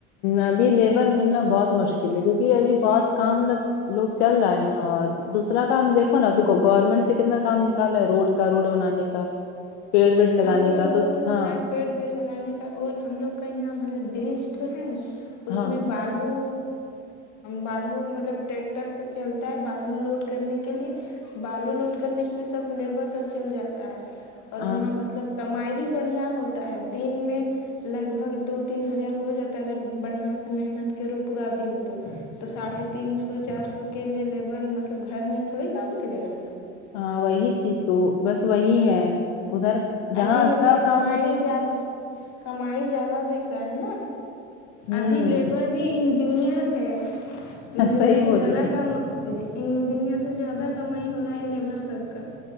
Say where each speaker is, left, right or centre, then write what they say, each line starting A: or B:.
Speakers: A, on the left; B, on the left.
A: ابھی لیبر ملنا بہت مشکل ہے کیونکہ ابھی بہت کام لگ لوگ چل رہا ہے نا اور دوسرا کام دیکھو نا ابھی گورنمنٹ سے کتنا کام نکال رہا ہے روڈ کا روڈ بنانے کا پیڑ ویڑ لگانے
B: ہاں روڈ
A: کا
B: بول
A: تو ہاں
B: رہا ہے پیڑ ویڑ لگانے کا اور ہم لوگ کا یہاں مطلب برج تو ہے نا اس
A: ہاں
B: میں بالو بالو مطلب ٹریکٹر سے چلتا ہے بالو لوڈ کرنے کے لیے بالو لوڈ کرنے کے لیے سب لیبر سب چل جاتا ہے اور
A: ہاں
B: وہاں مطلب کمائی بھی بڑھیا ہوتا ہے دن میں لگ بھگ دو تین ہزار ہو جاتا ہے اگر بڑھیا سے محنت کرو پورا دن تو تو ساڑھے تین سو چار سو کے لیے لیبر مطلب گھر میں تھوڑی کام کرے گا
A: ہاں وہی چیز تو بس وہی ہے ادھر جہاں
B: ابھی مطلب
A: اچھا
B: کمائی
A: کام ملے
B: زیادہ کمائی زیادہ دیکھ رہا ہے نا
A: ہوں
B: ابھی لیبر ہی انجینئر ہے انجینئر
A: صحیح
B: سے
A: بولی
B: زیادہ کمائی انجنیر سے زیادہ کمائی ہو رہا ہے لیبر سب کا